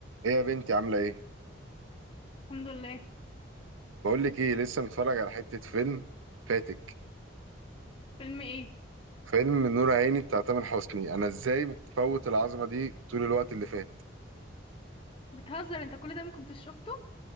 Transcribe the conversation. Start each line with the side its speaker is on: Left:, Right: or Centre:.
Right: ايه يا بنتي عاملة ايه؟
Left: الحمد لله
Right: بقول لك ايه لسه متفرج على حتة فيلم فاتك
Left: فيلم ايه
Right: فيلم نور عيني بتاع تامر حسني انا ازاي مفوت العظمة دي طول الوقت اللي فات
Left: بتهزر انت كل ده ما كنتش شفته